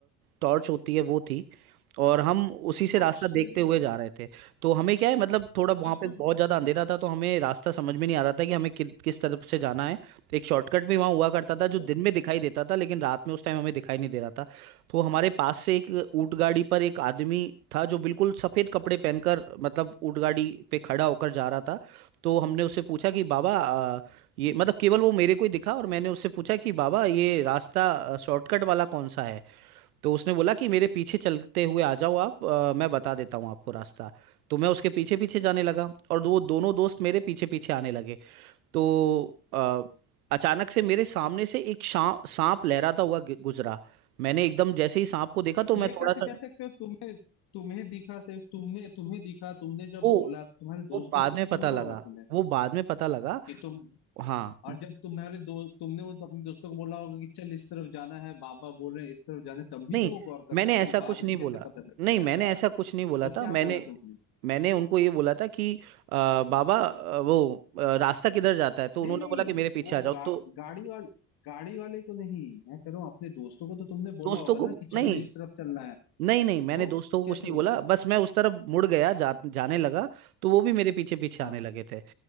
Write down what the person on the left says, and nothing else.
टॉर्च
थी अच्छा
अच्छा
अच्छा
ये
कैसे
कह सकते हो तुम्हें तुम्हें दिखा सिर्फ तुमने तुम्हें दिखा तुमने जब
बोला तुम्हारे
दोस्तों
ने
सुना
होगा तुम्हें
कि तुम
और जब तुम्हारे दो तुमने वो अपने दोस्तों को बोला होगा कि चल इस तरफ जाना है बाबा बोल रहे हैं इस तरफ जाना है तब भी
तो वो गौर कर
सकते
हैं
बाद
में
कैसे पता लगेगा
ऐसा
तो क्या
बोला तुमने
नहीं
नहीं
वो
गा,
गाड़ी वाल गाड़ी वाले को नहीं मैं कह रहा हूँ अपने दोस्तों को तो तुमने बोला
होगा
ना कि चलो
इस तरफ चलना है
तो
कैसे
हुआ
हाँ